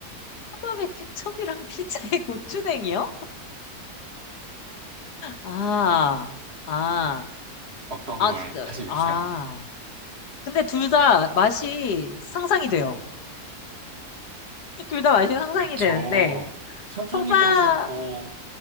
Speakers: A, on the left; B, on the right.
A: 초밥에 케첩이랑 피자에 <laughs> 고추냉이요? 아, 아,
B: 어떤 걸
A: 아, 진짜,
B: 하시겠어요?
A: 아. 근데 둘 다 맛이 상상이 돼요. <laughs> 둘 다 맛이 상상이
B: 저
A: 되는데,
B: 상상이
A: 초밥,
B: 돼서 더